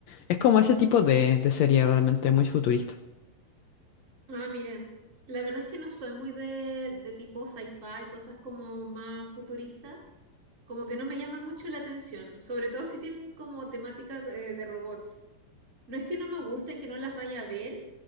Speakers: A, on the left (about 85°); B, on the right (about 25°).
A: Es como ese tipo de, de serie realmente muy futurista.
B: Ah, mira, la verdad es que no soy muy de, de tipo sci-fi, cosas como más futuristas, como que no me llaman mucho la atención, sobre todo si tienen como temáticas eh, de robots. No es que no me gusten, que no las vaya a ver,